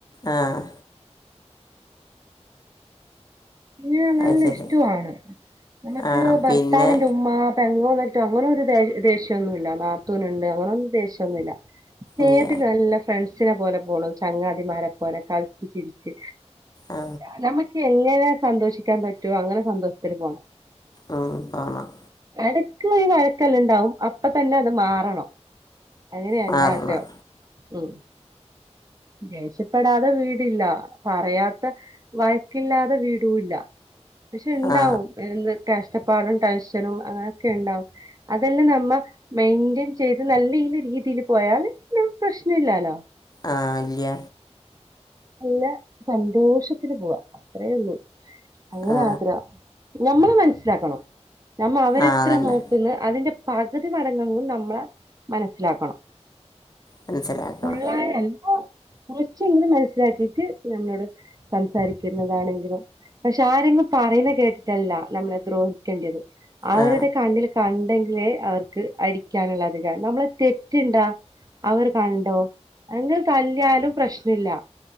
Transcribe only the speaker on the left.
ആഹ്
അത് ശരി
ആ
പിന്നെ
ഇല്ല
ആ
ഉം കാണാം
മാറണം
ആ
ആ ഇല്ല്യ
ആ
ആ
അതന്നെ
മനസ്സിലാക്കണം
ആ